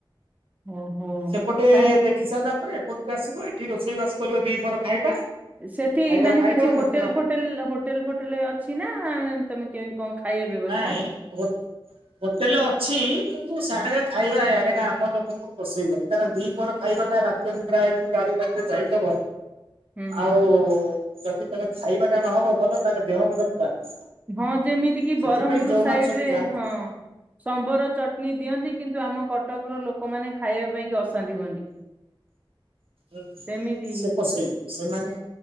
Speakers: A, on the right (about 15°); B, on the right (about 80°).
A: ଓହୋ
B: ସେପଟେ
A: ତାହେଲେ
B: ଦେଖିସାଇଲା ରେ ଏପଟକୁ ଆସିବ ଏଠି ରୋଷେଇ ବାସ କରିବ ଦି ପହର ଖାଇବା।
A: ସେଠି
B: ଖାଇବା
A: ମାନେ
B: ଖାଇବା
A: କିଛି
B: ନୃସିଂହ
A: ହୋଟେଲ ଫୋଟେଲ ହୋଟେଲ ଫୋଟେଲ ଅଛି ନା ତମେ କେମିତି କଣ ଖାଇବା ବ୍ୟବସ୍ଥା
B: ନାଇଁ ହୋଟ୍ ହୋଟେଲେ ଅଛି। କିନ୍ତୁ ସେଆଡେ ଖାଇବା ଇଆଡେ କା ଆମ ଲୋକଙ୍କୁ ପୋଷେଇବନି କାରଣ ଦି ପହର ଖାଇବାଟା ରାତି ଅନିଦ୍ରା ହେଇକି ଯା <unintelligible> ଯାଇଥିବ।
A: ହୁଁ ହୁଁ
B: ଆଉ
A: ହୁଁ
B: ଯଦି ତମେ ଖାଇବାଟା ନହବ ଭଲ ତାହେଲେ ଦେହ ମୁଣ୍ଡ ଖରାପ।
A: ହଁ ଯେମିତି କିି
B: ସେଥିପାଇଁ
A: ବରମ୍ପୁର
B: ଯୋଉମାନେ
A: ସାଇଡ୍
B: ସବୁ
A: ରେ
B: ଯାଆନ୍ତି
A: ହଁ। ସମ୍ବର ଚଟଣୀ ଦିଅନ୍ତି କିନ୍ତୁ ଆମ କଟକ ର ଲୋକ ଲୋକମାନେ ଖାଇବା ପାଇଁ କି ଅଶାନ୍ତି ହୁଅନ୍ତି।
B: ହ
A: ସେମିତି
B: ସେ ପୋଷେଇବେ ସେମାନେ